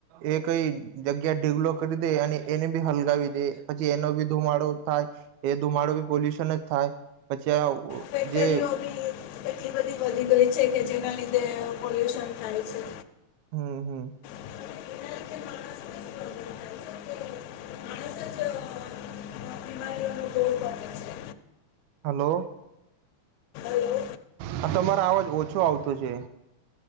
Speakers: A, on the right (about 80°); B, on the left (about 75°).
A: એ કઈ જગ્યા ઢીગલો કરી દે, અને એને બી હલગાવી દે પછી એનો બી ધુમાડો થાય એ ધુમાડો બી પોલ્યુશન જ થાય પછી.
B: ફેક્ટરીઓ
A: ચ જે
B: બી એટલી બધી વધી ગઈ છે કે જેના લીધે પોલ્યુશન થાય છે.
A: હમ્મ હમ્મ
B: એના લીધે માણસને જ પ્રોબ્લેમ થાય છે કે માણસ જ અ બીમારીઓનો ભોગ બને છે.
A: Hello,
B: hello.
A: હા તમારો અવાજ ઓછો આવતો છે.